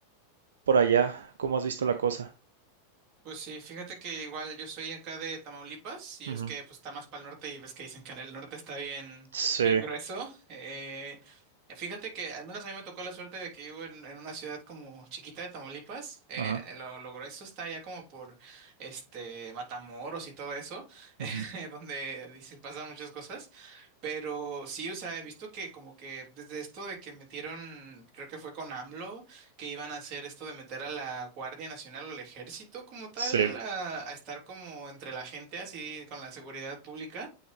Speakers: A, on the right; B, on the right.
A: por allá, ¿cómo has visto la cosa?
B: Pues sí, fíjate que igual yo soy acá de Tamaulipas y
A: Ujú.
B: ves que pues está más para el norte y ves que dicen que en el norte está bien,
A: Sí,
B: bien grueso. Eh, fíjate que al menos a mí me tocó la suerte de que vivo en, en una ciudad como chiquita de Tamaulipas. Eh,
A: ajá,
B: lo, lo grueso está ya como por este Matamoros y todo eso,
A: ujú,
B: <laughs> eh, donde dice pasan muchas cosas. Pero sí, o sea, he visto que como que desde esto de que metieron, creo que fue con AMLO que iban a hacer esto de meter a la Guardia Nacional o al ejército como tal
A: Sí.
B: a, a estar como entre la gente así con la seguridad pública,